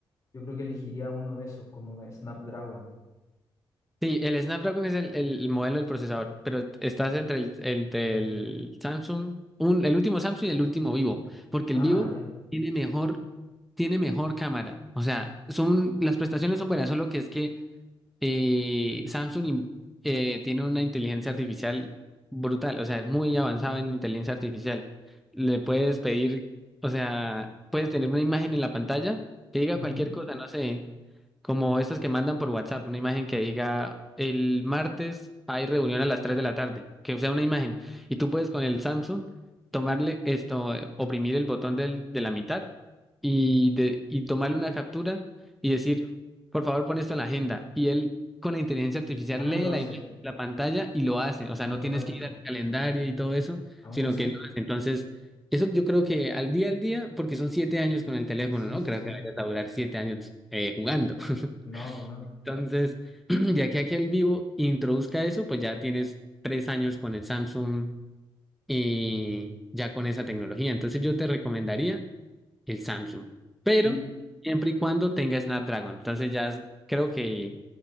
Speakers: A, on the left; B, in the centre.
A: yo creo que elegiría uno de esos, como Snapdragon.
B: Sí, el Snapdragon es el, el- modelo del procesador, pero estás entre el, entre el Samsung, un, el último Samsung y el último Vivo, porque
A: Ah,
B: el Vivo
A: ya.
B: tiene mejor, tiene mejor cámara. O sea, son, las prestaciones son buenas, solo que es que y Samsung in- eh, tiene una inteligencia artificial brutal, o sea, es muy avanzado en inteligencia artificial. Le puedes pedir, o sea, puedes tener una imagen en la pantalla que diga
A: Ujú.
B: cualquier cosa, no sé, como estas que mandan por WhatsApp, una imagen que diga el martes hay reunión a las 3 de la tarde, que sea una imagen. Y tú puedes con el Samsung tomarle esto, eh, oprimir el botón del, de la mitad y, de, y tomarle una captura y decir, por favor, pon esto en la agenda. Y él con la inteligencia artificial
A: Ah,
B: lee
A: lo hace,
B: la imagen de la pantalla y lo hace. O sea,
A: automático.
B: no tienes que ir al calendario y todo eso,
A: Ah,
B: sino
A: eso-
B: que él lo hace. Entonces, eso yo creo que al día al día, porque son siete años con el teléfono,
A: Sí,
B: ¿no?
A: sí,
B: Creo
A: sí.
B: que vayas a durar siete años eh, jugando. <laughs>
A: No, pues no.
B: Entonces, <clears throat> ya que aquí el vivo introduzca eso, pues ya tienes tres años con el Samsung y ya con esa tecnología. Entonces, yo te recomendaría el Samsung, pero
A: Sí,
B: siempre y cuando tenga Snapdragon. Entonces ya es- creo que